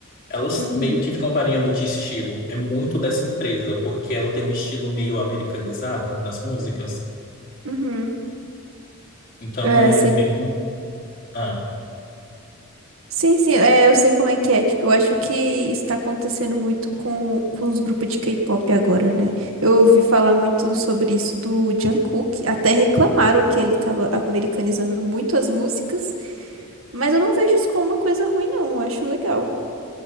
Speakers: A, on the left; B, on the right.
A: Elas
B: Uhum.
A: meio que ficam variando de estilo. É muito dessa empresa, porque ela tem um estilo meio americanizado nas músicas.
B: Uhum.
A: Então
B: É,
A: é bem. Ah,
B: Sim, sim, é, eu sei como é que é. Tipo, eu acho que isso tá acontecendo muito com, com os grupos de K-pop agora, né? Eu ouvi falar muito sobre isso do Jungkook. Até reclamaram que ele tava americanizando muito as músicas. Mas eu não vejo isso como uma coisa ruim, não. Eu acho legal.